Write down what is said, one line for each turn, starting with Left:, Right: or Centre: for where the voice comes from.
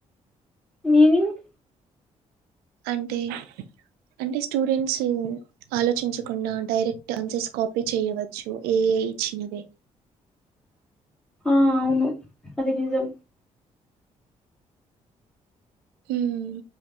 Centre: మీనింగ్
Right: అంటే అంటే స్టూడెంట్స్ ఆలోచించకుండా డైరెక్ట్ ఆన్సర్స్ కాపీ చేయవచ్చు ఏ ఐ ఇచ్చినవే
Centre: ఆ అవును అది నిజం
Right: హ్మ్.